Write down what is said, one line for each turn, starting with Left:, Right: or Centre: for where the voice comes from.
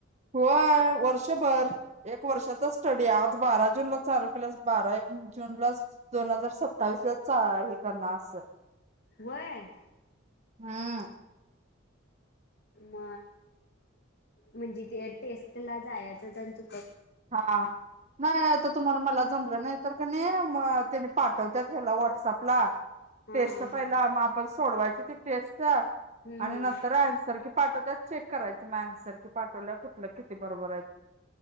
Right: होय वर्षभर एक वर्षाच स स्टडी आज बारा जूनला चालू केल्यास बारा एप जूनलाच दोन हजार सत्तावीसलाच चा हे करणा अस
Left: व्हय?
Right: हम्म
Left: म म्हणजे ते टेस्टला जायाच त्यांच
Right: हा नाई आता तुम्हाला मला जमलं नाही तर कणी, म तेनी पाठव त्यात हेला व्हॉट्सअँप ला
Left: हां
Right: टेस्ट
Left: हां
Right: पहिला,
Left: हां
Right: म आपण सोडवायची ती टेस्ट आणि
Left: हम्म हम्म.
Right: नंतर ॲन्सर की पाठवत्यात चेक करायच, म ॲन्सर पाठवल्याव कुट ल किती बरोबर आइत.